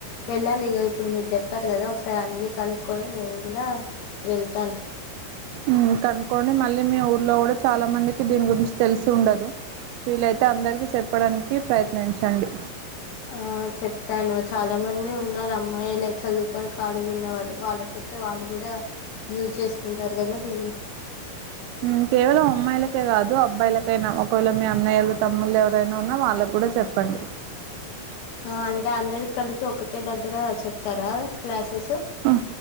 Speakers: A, on the left (about 85°); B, on the right (about 80°).
A: వెళ్ళాలి ఇగ ఇప్పుడు మీరు చెప్పారు కదా ఒకసారి అన్నీ కనుక్కొని నేను కూడా వెళ్తాను
B: ఉ కనుక్కోండి మళ్ళీ మీ ఊర్లో గూడా చాలా మందికి దీని గురించి తెలిసి ఉండదు వీళైతే అందరికి చెప్ చెప్పడానికి ప్రయత్నించండి
A: ఆ చెప్తాను చాలా మంది ఉన్నారు అమ్ అమ్మాయిలే చదువుకొని ఖాళీ ఉన్న వాళ్ళు వాళ్ళకి చెప్తే వాళ్ళు గుడా యూజ్ చేసుకుంటారు గదా దీన్ని
B: ఉమ్ కేవలం అమ్మాయిలకే కాదు అ అబ్బాయిలకైనా ఒకవేళ మీ అన్నయ్యలు తమ్ముళ్లు ఎవరైనా ఉన్న వాళ్ళకి గూడా చెప్పండి
A: ఆ అంటే అందరికి కలిపి ఒకటే దగ్గర చెప్తారా క్లాసెస్
B: ఆ